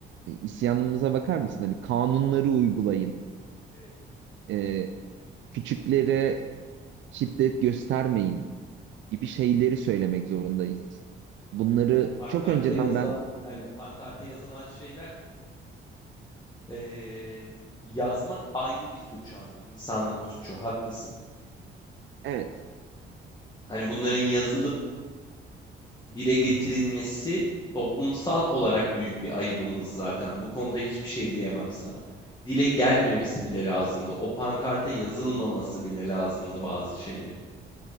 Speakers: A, on the right; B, on the left.
A: e, isyanımıza bakar mısın? Hani kanunları uygulayın,
B: Evet, evet,
A: e, küçüklere şiddet göstermeyin gibi şeyleri söylemek zorundayız.
B: evet.
A: Bunları
B: Yani pankarta
A: çok önceden
B: yazılan,
A: ben
B: aynen pankarta yazılan şeyler Ee, yazmak ayrı bir suç abi. insanlık suçu. Haklısın.
A: evet,
B: Hani bunların yazılıp dile getirilmesi
A: hı hı,
B: toplumsal olarak büyük bir ayıbımız zaten. Bu konuda hiçbir şey diyemem sana. Dile gelmemesi bile lazımdı. O pankarta yazılmaması bile lazımdı bazı şeylerin.